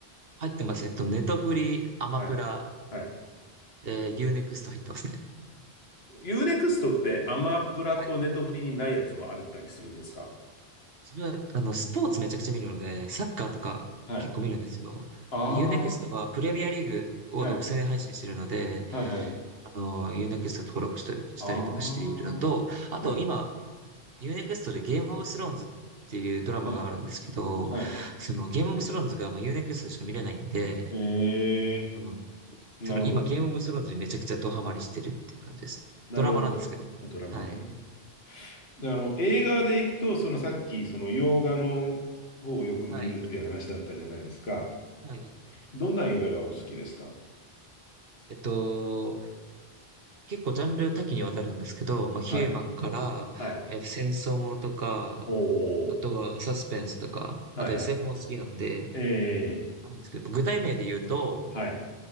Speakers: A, on the right; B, on the left.
A: 入ってます。えっと、ネトフリ、アマプラ、
B: はい。はい。
A: えー、ユーネクスト入ってますね。
B: ユーネクストってアマプラとネットフリにないやつもあるったりするんですか
A: はい。自分は、あの、スポーツめちゃくちゃ見るので、サッカーとか結構見るんですよ。
B: はい。あ
A: で、ユーネクストはプレミアリーグを独占配信してるので、
B: あ、はい。はいはい。
A: あの、u ネクスト登録したしたりとかしているのと、
B: ああ、
A: あと今、
B: はい。
A: u ネクストでゲームオブスローンズっていうドラマがあるんですけど、
B: はい。はい。
A: そのゲームオブスローンズがまあユーネク e x t しか見れないんで、
B: ええ、
A: その、
B: なるほど。
A: その今ゲームオブスローンズにめちゃくちゃドハマりしてるっていう感じです。
B: なるほど。
A: ドラマなんですけど。
B: ドラマね。
A: はい。
B: であの、映画で行くと、そのさっき、その洋画の方をよく見るって話だったじゃないですか。
A: はい。はい。
B: どんな映画がお好きですか
A: えっと、結構ジャンル多岐にわたるんですけど、まあ、ヒューマンから、
B: はい。はい。
A: えっと、戦争ものとか、
B: おー。
A: あとはサスペンスとか、
B: はいはい。
A: あと SF も好きなんで、
B: ええ
A: あるんですけど、具体名で言うと、
B: はい。